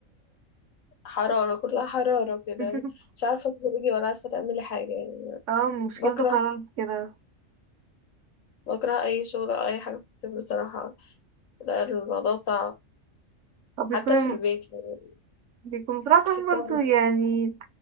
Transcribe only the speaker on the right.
<laughs>
اه مشكلته
فعلا في كده
هو بيكون
بيكون بصراحة
برضه
يعني